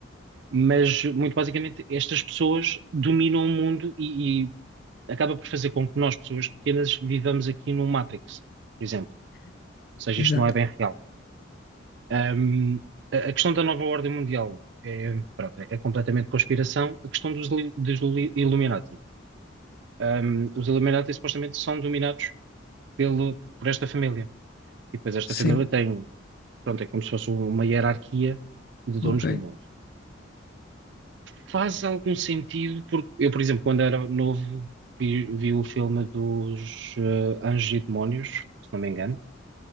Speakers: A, on the right (about 60°); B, on the left (about 50°).
A: Mas, muito basicamente, estas pessoas dominam o mundo e, e acaba por fazer com que nós, pessoas pequenas, vivamos aqui num Matrix, por exemplo. Ou seja,
B: Exato.
A: isto não é bem real. Um, a a questão da nova ordem mundial é, pronto, é é completamente conspiração. A questão dos, li- dos li- Illuminati. Um, os Illuminati supostamente são dominados pelo, por esta família. E depois esta
B: Sim,
A: família tem, pronto, é como se fosse um, uma hierarquia de donos
B: ok.
A: do mundo. Faz algum sentido, porque eu, por exemplo, quando era novo, vi, vi o filme dos eh, Anjos e Demónios, se não me engano,